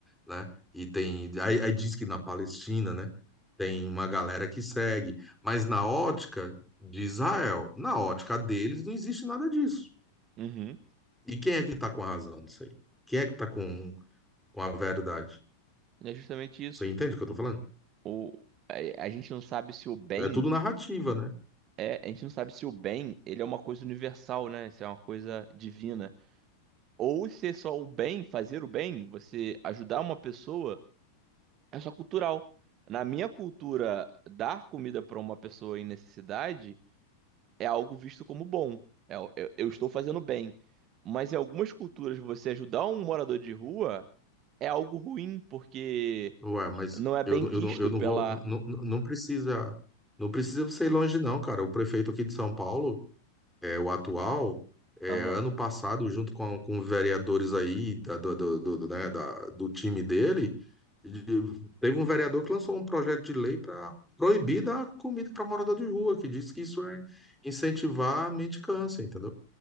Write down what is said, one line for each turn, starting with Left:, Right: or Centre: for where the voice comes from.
Centre: né? E tem. Aí, aí diz que na Palestina, né? Tem uma galera que segue. Mas na ótica de Israel, na ótica deles, não existe nada disso.
Right: uhum,
Centre: E quem é que tá com a razão disso aí? Quem é que tá com, com a verdade?
Right: é justamente isso.
Centre: Você entende o que eu tô falando?
Right: O, a, a gente não sabe se o bem
Centre: É tudo narrativa, né?
Right: é, a gente não sabe se o bem, ele é uma coisa universal, né? Se é uma coisa divina. Ou se é só o bem, fazer o bem, você ajudar uma pessoa, é só cultural. Na minha cultura, dar comida para uma pessoa em necessidade é algo visto como bom. É, eu, eu estou fazendo bem. Mas em algumas culturas, você ajudar um morador de rua é algo ruim, porque
Centre: Ué, mas
Right: não é bem
Centre: eu, não-
Right: quisto
Centre: eu, não, eu não
Right: pela.
Centre: vou. Não, não, não precisa. Não precisa você ir longe, não, cara. O prefeito aqui de São Paulo. é, o atual, é,
Right: Aham.
Centre: ano passado, junto com, com vereadores aí da, do, do, do, né, da- do time dele, de- teve um vereador que lançou um projeto de lei para proibir dar comida para morador de rua, que diz que isso é incentivar a mendicância, entendeu?